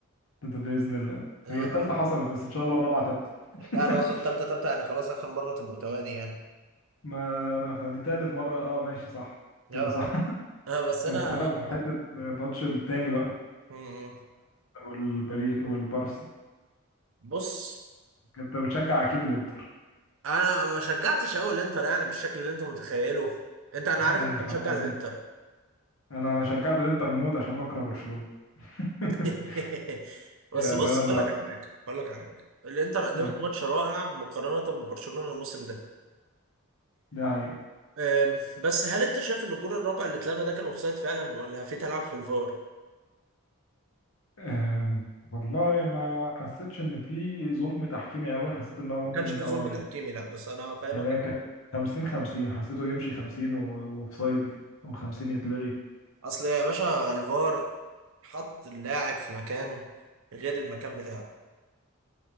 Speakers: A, on the left; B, on the right.
A: ده باذن الله
B: آه.
A: هي التالتة حصلت بس ان شاء الله الرابعه تبت <laughs>
B: لا انا اقصد تالتة تابتة يعني خلاص اخر مره تبقوا تواني يعني
A: ما انا خ- دي تالت مره اه ماشي صح
B: اه
A: كده
B: اه
A: صح <laughs>
B: آه، بس انا
A: انت بقى في حته ماتش التاني بقى
B: مم.
A: والبري والبارسا
B: بص
A: انت بتشجع اكيد الانتر
B: انا ما شجعتش قوي الانتر يعني بالشكل اللي انت متخيله انت انا
A: لا
B: عارف
A: يا
B: انت
A: اخي
B: مشجع
A: حرام عليك
B: الانتر
A: انا شجعت الانتر موت عشان بكره برشلونه <laughs>
B: <laughs> بس
A: يعني
B: بص
A: انا
B: اقول لك على حاجه اقول لك على حاجه الانتر قدمت
A: آه،
B: ماتش رائع مقارنه ببرشلونه الموسم ده
A: ده هي
B: أم، بس هل انت شايف ان الجول الرابع اللي اتلغى ده كان اوفسايد فعلا ولا في تلعب في الفار؟ ما
A: آم، والله ما حسيتش ان في ظلم تحكيمي قوي حسيت ان هو ممكن
B: كانش في
A: اه
B: ظلم
A: يعني
B: تحكيمي لا بس انا فاهمك
A: يعني هي كان 50 50 حسيته يمشي 50 وبسايد و50 يتلغي
B: اصل يا باشا الفار حط اللاعب في مكان غير المكان بتاعه